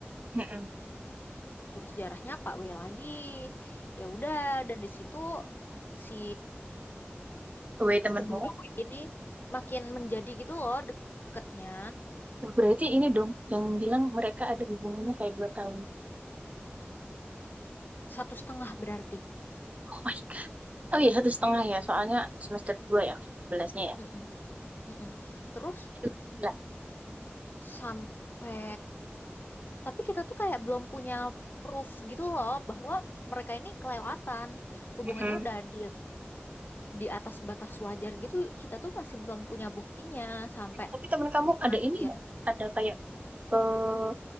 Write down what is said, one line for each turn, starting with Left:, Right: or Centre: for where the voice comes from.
Right: Mm-mm.
Left: guru sejarahnya Pak W lagi ya udah dan di situ si
Right: Weh temenmu.
Left: kedua W ini makin menjadi gitu loh deketnya
Right: Nah, Berarti ini dong, yang bilang mereka ada hubungannya kayak dua tahun.
Left: satu setengah berarti
Right: Oh my God. Oh iya, satu setengah ya, soalnya semester dua ya, belasnya ya.
Left: Mm-mm, mm-mm. terus
Right: Aduh, gila.
Left: sampai tapi kita tuh kayak belum punya proof gitu loh bahwa mereka ini kelewatan hubungannya
Right: Mm-mm.
Left: udah di di atas batas wajar gitu kita tuh masih belum punya buktinya sampai
Right: Tapi temen kamu ada
Left: akhir
Right: ini nggak? Ada kayak eh,